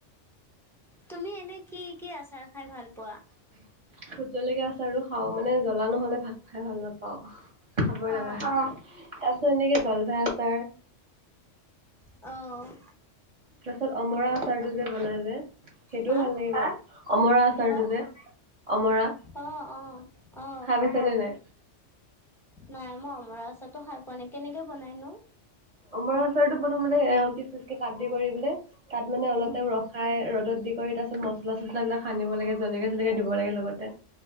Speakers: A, in the centre; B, on the right.
A: তুমি এনে কি কি আচাৰ খাই পোৱা?
B: ভোট জলকীয়া আচাৰ টো খাও মানে জ্বলা নহ'লে ভাত খাই ভাল নাপাও খাবই
A: অ'
B: লগা হয়। তাৰ পিছত এনেকে জলফাই আচাৰ
A: অ'।
B: তাৰ পাছত অমৰা আচাৰটো যে বনাই যে, সেইটোও
A: হা
B: ভাল লাগে যে অমৰা আচাৰটো
A: কিহৰ
B: যে অমৰা
A: অ- অ - অ
B: খাই পাইছানে নাই?
A: নাই মই অমৰা আচাৰ টো খাই পোৱা নাই কেনেকে বনাই নো?
B: অমৰা আচাৰটো প্ৰথমতে এ' পিচ পিচকে কাটি কৰি পেলাই তাত মানে অলপ
A: উম
B: টাইম ৰখ ৰখাই ৰ'দত দি কৰি তাৰ পিছত মছলা চছলাবিলাক সানিব লাগে জলকীয়া জলকীয়া দিব লাগে লগতে